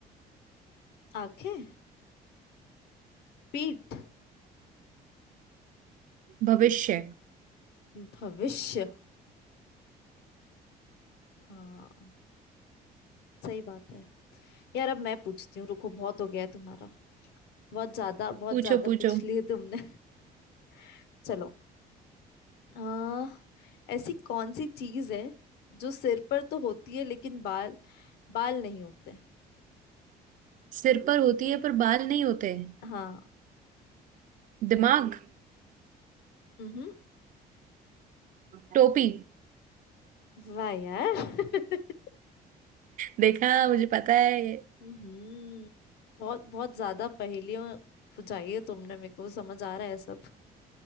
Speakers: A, on the left (about 75°); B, on the right (about 50°).
A: आंखें पीठ
B: भविष्य
A: भविष्य हाँ सही बात है यार अब मैं पूछती हूँ रुको बहुत हो गया है तुम्हारा बहुत ज्यादा बहुत
B: पूछो
A: ज्यादा
B: पूछो
A: पूछ लिए तुमने <laughs> चलो आ, ऐसी कौन सी चीज है जो सिर पर तो होती है लेकिन बाल बाल नहीं होते
B: सिर पर होती है पर बाल नहीं होते
A: हाँ
B: दिमाग
A: हम्म
B: टोपी
A: वाह यार <laughs>
B: देखा मुझे पता है
A: हम्म बहुत बहुत ज्यादा पहेलियां बुझाई है तुमने मेरे को समझ आ रहा है सब